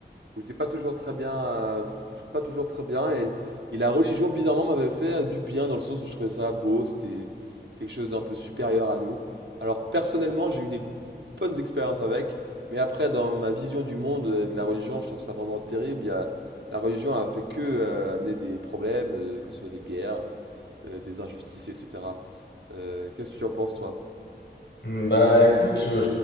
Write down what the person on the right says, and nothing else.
où j'étais pas toujours très bien, euh, pas toujours très bien, et, et la religion bizarrement m'avait fait euh, du bien dans le sens où je trouvais ça beau, c'était quelque chose d'un peu supérieur à nous. Alors personnellement, j'ai eu des bonnes expériences avec, mais après dans ma vision du monde euh, de la religion, je trouve ça vraiment terrible. Il y a, la religion a fait que euh, amener des problèmes, euh, que ce soit des guerres, euh, des injustices, etc. Euh, qu'est-ce que tu en penses toi?